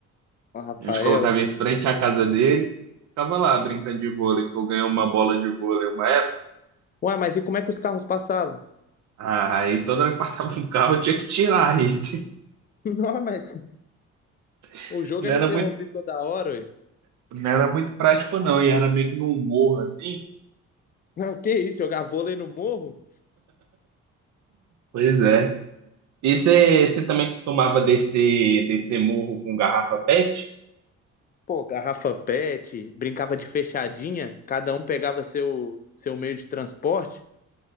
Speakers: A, on the left; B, on the right.
A: Ó, Rafael.
B: a gente colocava em frente à casa dele, ficava lá brincando de vôlei, que eu ganhei uma bola de vôlei uma época,
A: Ué, mas e como é que os carros passavam?
B: ah, aí toda hora que passava um carro eu tinha que tirar a rede.
A: <laughs> Não, mas
B: <laughs>
A: o jogo
B: Não
A: era
B: era
A: interrompido
B: muito,
A: toda hora, ué.
B: não era muito prático não, e era meio que num morro assim.
A: Não, que isso, jogar vôlei no morro?
B: Pois é. E você você também costumava descer, descer morro com garrafa PET?
A: Pô, garrafa pet, brincava de fechadinha, cada um pegava seu, seu meio de transporte,